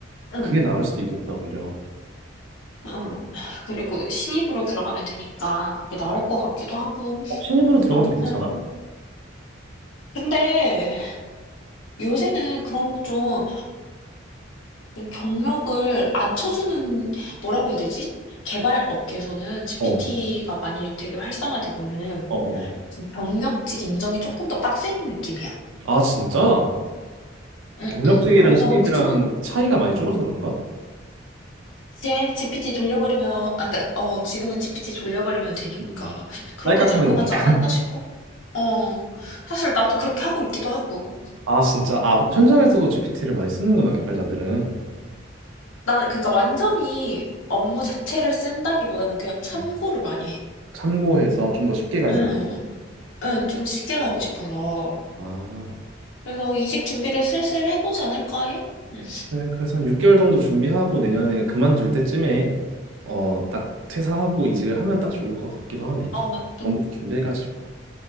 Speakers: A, on the left (about 85°); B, on the right (about 80°).
A: 응,
B: 그게 나을 수도 있겠다, 오히려.
A: 응. 그리고 신입으로 들어가면 되니까 그게 나을 것 같기도 하고.
B: 어, 신입으로 들어가도
A: 아무튼.
B: 괜찮아?
A: 근데 요새는 그런 좀 좀 경력을 안 쳐주는 뭐라고 해야 되지? 개발 업계에서는 GPT가
B: 어, 어,
A: 많이 되게 활성화되고는
B: 어. 어.
A: 좀 경력직 인정이 조금 더 빡세진 느낌이야.
B: 아, 진짜?
A: 응응.
B: 경력직이랑
A: 그래서
B: 신입이랑
A: 그중
B: 차이가 많이 줄어서 그런가?
A: 이제 GPT 돌려버리면 아 그니까 어 지금은 GPT 돌려버리면 되니까
B: 음,
A: 그런
B: 딸깍하면
A: 게 작용하지
B: 되니까.
A: 않았나 싶어. 어. 사실 나도 그렇게 하고 있기도 하고.
B: <laughs> 아, 진짜. 아, 현장에서도 GPT를 많이 쓰는구나, 개발자들은.
A: 나 그니까 완전히 업무 자체를 쓴다기보다는 그냥 참고를
B: 음,
A: 많이 해.
B: 참고해서 좀 더 쉽게 가려고.
A: 응. 응. 좀 쉽게 가고
B: 음.
A: 싶어서.
B: 아,
A: 그래서 이직 준비를 슬슬 해보지 않을까 해? 응.
B: 그래, 그래서 한 6개월 정도 준비하고 내년에 그만둘 때쯤에 어, 딱 퇴사하고 이직을 하면 딱 좋을 것 같기도 하네.
A: 어, 또,
B: 전부터 준비해가지고.